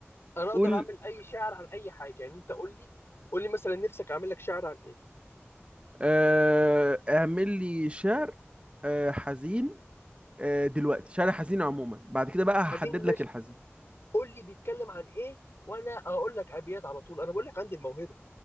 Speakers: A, on the left; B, on the right.
A: انا
B: قول
A: اقدر اعمل اي شعر عن اي حاجه يعني انت قول لي قول لي مثلا نفسك اعمل لك شعر عن ايه
B: آه... اعمل لي شعر آه... حزين آه... دلوقتي شعر حزين عموما بعد كده بقى هحدد
A: عايزين ماشي
B: لك الحزين
A: قول لي بيتكلم عن ايه وانا اقول لك ابيات على طول انا بقول لك عندي الموهبه